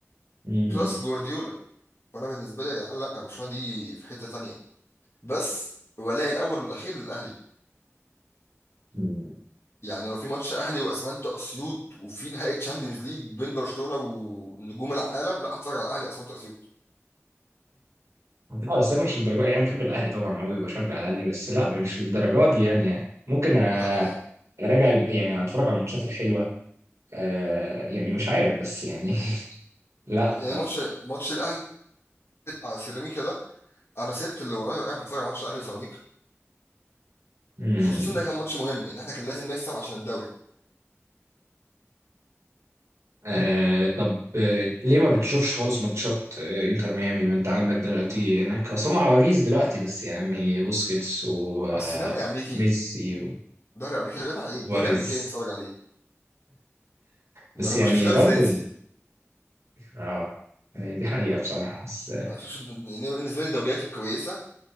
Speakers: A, on the right; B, on the left.
A: مم.
B: بلس جوارديولا فانا بالنسبه لي يا جدعان لا برشلونه دي في حته تانية بس ولاء الاول والاخير للاهلي
A: مم.
B: يعني لو في ماتش اهلي واسمنت اسيوط وفي نهائي تشامبيونز ليج بين برشلونه ونجوم العالم لا اتفرج على الاهلي واسمنت اسيوط
A: لا بس انا مش للدرجه يعني بحب الاهلي طبعا قوي وبشجع الاهلي بس لا مش للدرجه دي يعني يعني ممكن أ-
B: لا انا
A: اراجع الم- يعني اتفرج على الماتشات الحلوه آه يعني مش عارف بس يعني <laughs> لا
B: لا، يعني
A: لا
B: ماتش ماتش الاهلي بتاع سيراميكا ده انا سبت اللي ورايا وقاعد بتفرج على ماتش الاهلي وسيراميكا
A: مم.
B: خصوصا ان ده كان ماتش مهم ان احنا كان لازم نكسب عشان الدوري
A: آه طب آه ليه ما بتشوفش خالص ماتشات آه انتر ميامي ما انت عندك دلوقتي هناك اصلا عواجيز دلوقتي بس يعني بوسكيتس وميسي
B: اصل دوري امريكي دوري امريكي يا جدع عيب
A: وسواريز
B: دوري امريكي ايه نتفرج عليه ده
A: بس
B: انا
A: يعني
B: ما بشوفش دوري
A: برضو
B: فرنسي
A: اه آه، دي حقيقة بصراحة بس آه،
B: انا ما بشوفش يعني بالنسبه لي الدوريات الكويسه